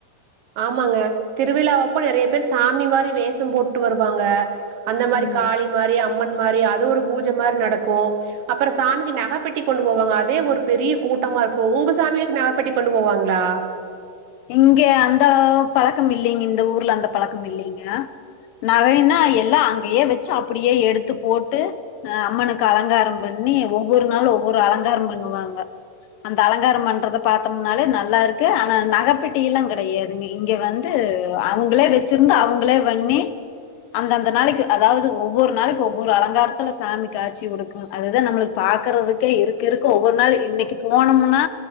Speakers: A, on the right; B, on the left.
A: ஆமாங்க திருவிழாவைப்ப நிறைய பேர் சாமி மாரி வேஷம் போட்டு வருவாங்க அந்த மாரி
B: ம்
A: காளி மாரி அம்மன் மாரி அது ஒரு பூஜ மாரி நடக்கு அப்பற சாமிக்கு நகப்பெட்டி கொண்டு போவாங்க அதே ஒரு பெரிய கூட்டமா இருக்கு உங்க சாமிகளுக்கு நகைப்பெட்டி கொண்டு போவாங்ளா
B: இங்க அந்த பழக்கம் இல்லைங் இந்த ஊர்ல அந்த பழக்கம் இல்லைங்கோ நகைனா எல்லா அங்கயே வச்சு அப்படியே எடுத்து போட்டு அ அம்மனுக்கு அலங்காரம் பண்ணி ஒவ்வொரு நாளு ஒவ்வொரு அலங்காரம் பண்ணுவாங்க அந்த அலங்காரம் பண்றத பாத்தம்னாலே நல்லாருக்கு ஆனா நகை பெட்டியெல்லா கெடையாதுங்க இங்க வந்து அவுங்களே வச்சிருந்து அவுங்களே வண்ணி அந்தந்த நாளைக்கு அதாவது ஒவ்வொரு நாளைக்கு ஒவ்வொரு அலங்காரத்துல சாமி காட்சி கொடுக்கு அதுதா நம்மளுக்கு பாக்கறதுக்கே இருக்க இருக்க ஒவ்வொரு நாள் இன்னைக்கு போனம்னா